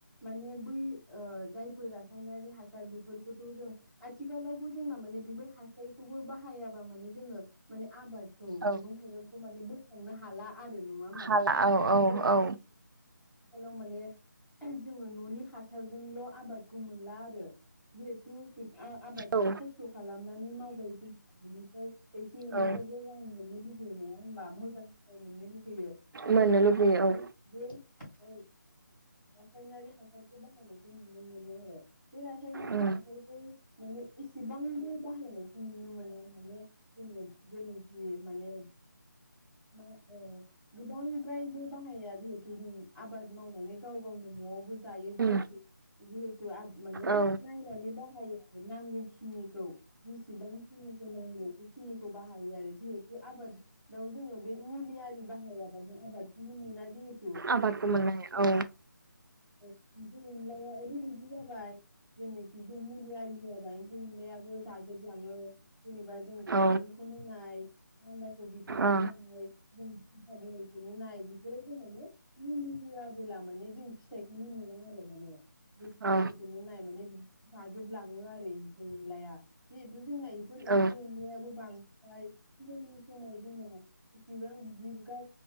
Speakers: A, in the centre; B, on the right.
A: माने बै ओ जायफोर रासायनारि हासार बेफोरखौथ जों आथिखालावबो जोंना माने बेफोर हासारखौबो बाहायाबा माने जोङो माने आबाद खौ
B: औ
A: मैगं थाइगंखौ माने बो थांनो हाला आरो नङा होमबा
B: हाला औ
A: आथिखालावबो
B: औ औ
A: आथिखालाव माने जोङो ननि हासारजोंल आबाद खौ मोनला आरो जिहेथु सु आ आबादखौ
B: औ
A: खस्थ खालामनानै मावबाय जेब्ला बिनिफ्राय एसे एनैबाबो
B: औ
A: रां मोननो लुबैयो नङा होमबा मुद <unintelligible> फिथाइ मोननो लुगैयो बिनि
B: मोननो
A: थाखाय
B: लुबैयो
A: माने
B: औ
A: बे औ रासायनारि हासारखौ बाहायनायखौ नुनो मोनो आरो बे रासायनाारि
B: उम
A: हासारखौ माने इसेबांबो बाहा <unintelligible> नायखौ नुनो मोना माने जोंङो बेनोखि माने मा ओ गोबांद्रायबो बाहाया जिहेथु जों आबाद मावनानै गाव गावनि न'आवबो जायोदि
B: उम
A: एदि जिहेतु आब माने
B: औ
A: नायनानै बाहायो आर नांगौखिनिखौ बिसेबां <unintelligible> निखौ नांगौ खिनिखौ बाहायो आरो जिहेतु आबाद <unintelligible> जोङो बे मुलि आरि बाहायाबा जों आबादखौनो मोना जिहेत <unintelligible>
B: आबादखौ मोननाय औ
A: एमफौ एनलाया ओरैबायदि जा बाय जेनेखि बे मुलि आरि होआबा एम्फौ एनलायाबो जाजोबलाङो जेनेबा जों
B: औ
A: थाइबेंखौनो नाय होमबासो <unintelligible> होनाय
B: औ
A: <unintelligible> नाय बेफोराव जों माने मुलि होआबोला माने जों फिथाइखौनो मोना आरो माने दस्राफोरखौनो
B: औ
A: नाय माने जाजोबलाङो आरो एम्फौ एनलाया जिहेथु जोंना बेफोर
B: औ
A: एम्फौ एनलायाबो बांद्राय सिगांनि समाव जोंना इसेबां बिदि गा